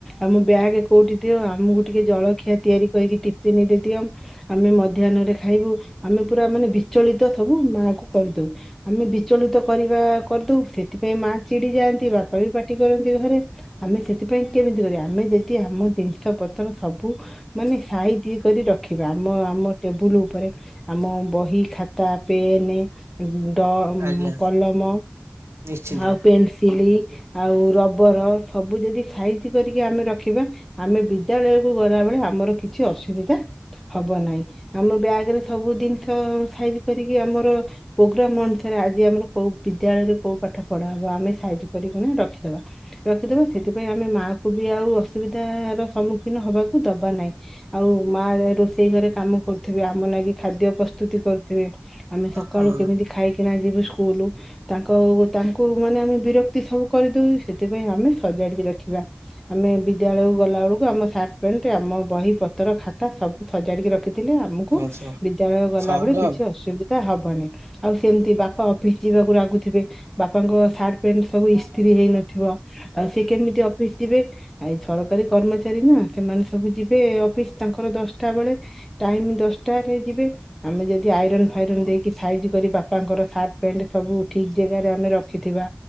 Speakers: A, in the centre; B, on the right.
A: ଆମ ବ୍ୟାଗ କୋଉଠି ଦିଅ, ଆମକୁ ଟିକେ ଜଳଖିଆ ତିଆରି କରିକି ଟିଫିନ୍ ରେ ଦିଅ ଆମେ ମଧ୍ୟାହ୍ନରେ ଖାଇବୁ ଆମେ ପୁରା ମାନେ ବିଚଳିତ ସବୁ ମାଆ କୁ କହିଦଉ। ଆମେ ବିଚଳିତ କରିବା କରିଦଉ ସେଥିପାଇଁ ମା ଚିଡି ଯାଆନ୍ତି ବାପା ବି ପାଟି କରନ୍ତି ଘରେ। ଆମେ ସେଥିପାଇଁ କେମିତି କରିବା ଆମେ ଯଦି ଆମ ଜିନିଷ ପତର ସବୁ ମାନେ ସାଇତି କରି ରଖିବା। ମୋ ଆମ ଟେବୁଲ ଉପରେ ଆମ ବହି, ଖାତା, ପେନ୍ ଡ
B: ଆଜ୍ଞା
A: କଲମ
B: ନିଶ୍ଚିନ୍ତ
A: ଆଉ ପେନସିଲ ଆଉ ରବର ସବୁ ଯଦି ସାଇଜି କରିକି ଆମେ ରଖିବା। ଆମେ ବିଦ୍ୟାଳୟକୁ ଗଲାବେଳେ ଆମର କିଛି ଅସୁବିଧା ହବ ନାହିଁ ଆମ ବ୍ୟାଗରେ ସବୁ ଜିନିଷ ସାଇଜି କରିକି ଆମର ପ୍ରୋଗ୍ରାମ ଅନୁସାରେ ଆଜି ଆମର କୋଉ ବିଦ୍ୟାଳୟରେ କୋଉ ପାଠ ପଢା ହବା ଆମେ ସାଇଜି କରିକିନା ରଖିଦବା। ରଖିଦବା ସେଥିପାଇଁ ଆମେ ମା କୁ ବି ଆଉ ଅସୁବିଧାର ସମ୍ମୁଖୀନ ହବାକୁ ଦବା ନାହିଁ। ଆଉ ମା ଏ ରୋ ରେଷେଇ ଘରେ କାମ କରୁଥିବେ। ଆମ ଲାଗି ଖାଦ୍ୟ ପ୍ରସ୍ତୁତି କରୁଥିବେ। ଆମେ ସକାଳୁ
B: ହୁଁ
A: କେମିତି ଖାଇ କିନା ଯିବୁ ସ୍କୁଲ। ତାଙ୍କ ତାଙ୍କୁ ମାନେ ଆମେ ବିରକ୍ତି ସବୁ କରିଦଉ ସେଥିପାଇଁ ଆମେ ସଜାଡିକି ରଖିବା। ଆମେ ବିଦ୍ୟାଳୟକୁ ଗଲା ବେଳକୁ ଆମ ସାର୍ଟ ପେଣ୍ଟ ଆମ ବହି ପତର ଖାତା ସବୁ ସଜାଡିକି ରଖିଥିଲେ ଆମକୁ
B: ଆଚ୍ଛା
A: ବିଦ୍ୟାଳୟ ଗଲାବେଳେ
B: ସହଜ
A: କିଛି
B: ଆଉ
A: ଅସୁବି ଧା ହବନି ଆଉ ସେମିତି ବାପା ଅଫିସ୍ ଯିବାକୁ ରାଗୁଥିବେ ବାପାଙ୍କ ସାର୍ଟ ପେଣ୍ଟ ସବୁ ଇସ୍ତ୍ରୀ ହେଇ ନଥିବ ଆଉ ସେ କେମିତି ଅଫିସ ଯିବେ। ଆ ଏଇ ଛରକାରୀ କର୍ମଚାରୀ ନା ସେମାନେ ସବୁ ଯିବେ ଅଫିସ ତାଙ୍କର ଦଶ ଟା ବେଳେ ଟାଇମ୍ ଦଶଟାରେ ଯିବେ। ଆମେ ଯଦି ଆଇରନ୍ ଫାଇରନ୍ ଦେଇକି ସାଇଜି କରିବା ବାପାଙ୍କର ସାର୍ଟ ପେଣ୍ଟ ସବୁ ଠିକ୍ ଜାଗାରେ ଆମେ ରଖିଥିବା